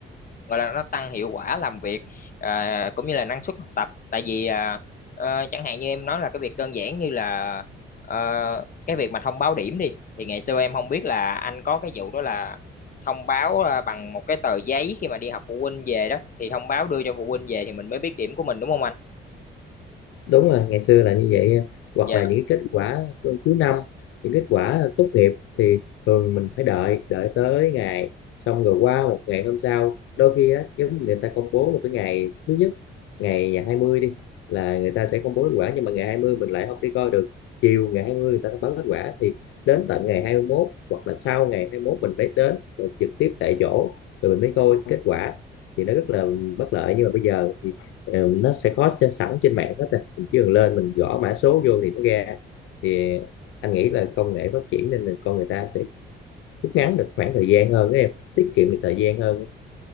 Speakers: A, on the left (about 45°); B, on the left (about 85°).
A: gọi là nó tăng hiệu quả làm việc à, cũng như là năng suất học tập tại vì à, ờ, chẳng hạn như em nói là cái việc đơn giản như là ờ, cái việc mà thông báo điểm đi thì ngày xưa em không biết là anh có cái vụ đó là thông báo à, bằng một cái tờ giấy khi mà đi học phụ huynh về đó thì thông báo đưa cho phụ huynh về thì mình mới biết điểm của mình đúng không anh
B: đúng rồi ngày xưa là như vậy em hoặc
A: Dạ.
B: là những cái kết quả cu- cuối năm những kết quả tốt nghiệp thì thường mình phải đợi đợi tới ngày xong rồi qua một ngày hôm sau đôi khi á giống như người ta công bố một cái ngày thứ nhất ngày ngày 20 đi là người ta sẽ công bố kết quả nhưng mà ngày 20 mình lại không đi coi được chiều ngày 20 người ta thông báo kết quả thì đến tận ngày 21 hoặc là sau ngày 21 mình mới đến tự- trực tiếp tại chỗ rồi mình mới coi kết quả thì nó rất là bất lợi nhưng mà bây giờ thì Ờ, nó sẽ có sẵn trên mạng hết rồi mình chỉ cần lên mình gõ mã số vô thì nó ra thì anh nghĩ là công nghệ phát triển nên là con người ta sẽ rút ngắn được khoảng thời gian hơn đó em tiết kiệm được thời gian hơn